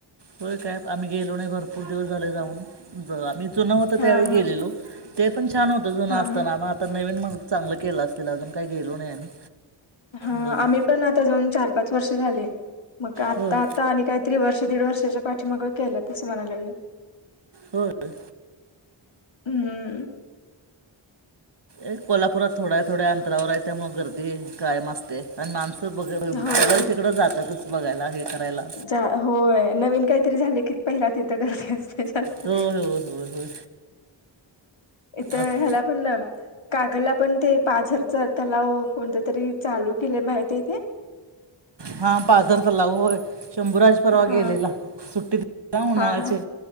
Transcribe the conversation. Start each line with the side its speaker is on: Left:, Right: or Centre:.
Right: हो काय आम्ही गेलो नाही भरपूर दिवस झाले जाऊन ज आम्ही जुन होत
Left: हा
Right: त्यावेळी
Left: हा
Right: गेलेलो. ते पण छान होतं जुनं
Left: हा
Right: असताना
Left: हा
Right: मग आता नवीन मग चांगलं केलं असतील अजून काही गेलो नाही आम्ही.
Left: हा
Right: बघू
Left: आम्ही पण आता जाऊन चार पाच वर्ष झाले मग आता
Right: होय
Left: आ आणि काही ति वर्ष दीड वर्षाच्या पाठीमागं केलं त असं म्हणाय लागलं.
Right: होय.
Left: हम्मम.
Right: ए कोल्हापुरात थोड्या थोड्या अंतरावर आहे त्यामुळं गर्दी कायमी आस्त ते आणि माणसं ब बघल
Left: होय.
Right: तिकडं जातातच बघायला हे करायला.
Left: जा होय नवीन काहीतरी झाले की पहिला तिथं करज असते जास्त
Right: हो हो हो होय
Left: इथं
Right: असते
Left: ह्याला पण कागलला पण ते पाझरच तलाव कोणत तरी चालू केले माहिती ते
Right: हा पाजर तलाव होय शंभूराज परवा
Left: हा
Right: गेलेला सुट्टीत उन्हाळ्याचे
Left: हा हा